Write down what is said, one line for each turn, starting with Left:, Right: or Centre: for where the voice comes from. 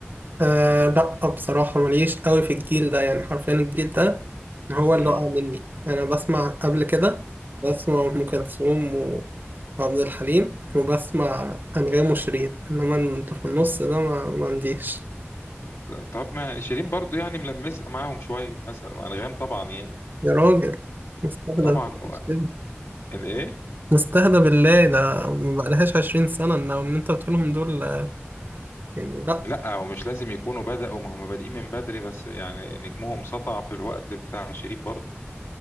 Right: آه لا بصراحة ماليش قوي في الجيل ده يعني حرفيا الجيل ده هو اللي
Left: مم.
Right: وقع مني أنا بسمع قبل كده بسمع أم كلثوم و- وعبد الحليم وبسمع أنغام وشيرين إنما أنت في النص ده ما, ما عنديش
Left: <laughs> طب ما شيرين برضو يعني ملمسة معاهم شوية مثلا وانغام طبعا يعني
Right: يا راجل مستهدى
Left: طبعا و-
Right: بالله
Left: الايه
Right: مستهدى بالله ده ما بقالهاش عشرين سنة إن إن أنت بتقولهم دول آه، يعني لا
Left: لا ومش لازم يكونوا بدأوا ما هم بادئين من بدري بس يعني نجمهم سطع في الوقت بتاع شيرين برضو